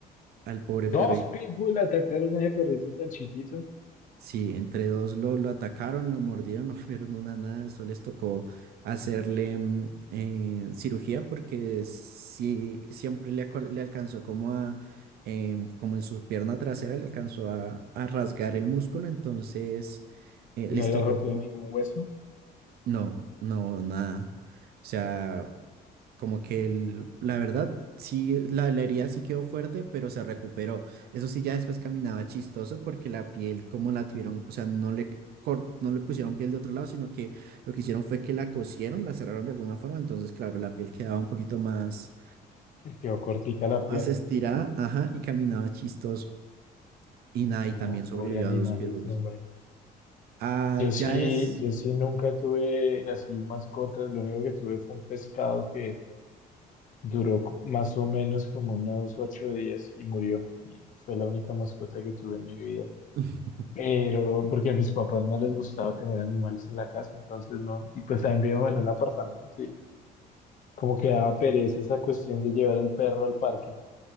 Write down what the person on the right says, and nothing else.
al pobre perrito.
Sí, entre dos lo, lo atacaron, lo mordieron, <laughs> no vieron una nada, eso les tocó hacerle mm, eh, cirugía porque sí, siempre le, aco- le alcanzó como a, em, como en su pierna trasera le alcanzó a, a rasgar el músculo, entonces eh, les
tocó
como,
no, no, nada. O sea, como que el- la verdad, sí, la, la herida sí quedó fuerte, pero se recuperó. Eso sí, ya después caminaba chistoso porque la piel, como la tuvieron, o sea, no le, cor- no le pusieron piel de otro lado, sino que lo que hicieron fue que la cosieron, la cerraron de alguna forma. Entonces, claro, la piel quedaba un poquito más,
más
estirada, ajá, y caminaba chistoso. Y nada,
y también sobrevivió
a dos pitbulls.
Ah,
ya es.
<laughs>